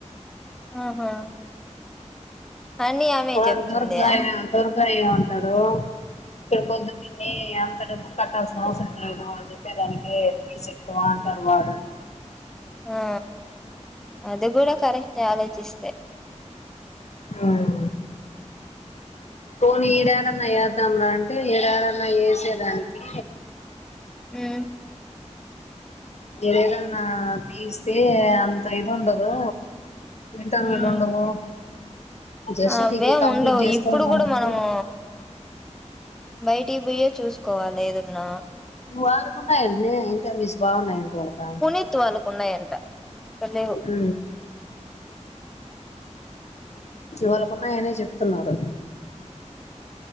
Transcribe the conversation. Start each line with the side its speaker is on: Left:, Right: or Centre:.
Centre: ఆహా అని ఆమె
Left: వాడు
Centre: చెప్తుంది
Left: దుర్గాయ
Centre: ఆ
Left: దుర్గాయ ఏమంటాడు ఇక్కడ పొద్దు పిన్ని అంత డబ్బులు కట్టాల్సిన అవసరం లేదు వా చెప్పేదానికి ఫీజు ఎక్కువ అంటాడు వాడు
Centre: ఆ అది కూడా కరెక్ట్ ఆలోచిస్తే
Left: మ్ పోని ఇడేడన్నా యాద్దాం రా అంటే ఇడేడన్నా ఎసేదానికి
Centre: మ్
Left: ఏదన్నా తీస్తే అంత ఇది ఉండదు ఇంటర్వ్యూలు
Centre: ఉమ్
Left: ఉండవు జస్
Centre: అవేం
Left: దివి కంప్లీట్
Centre: ఉండవు
Left: చేస్కొని
Centre: ఇప్పుడు
Left: రావచ్చు
Centre: కూడా మనము బయటికి బుయ్యే చూసుకోవాలి ఏదున్నా
Left: వాళ్లకున్నాయి అంటనే ఇంటర్వ్యూస్ బాగున్నాయంట వాళ్ళక
Centre: త్తు వాళ్ళకు ఉన్నాయంట లేవు
Left: ఉ వాళ్ళకున్నాయనే చెప్తున్నారు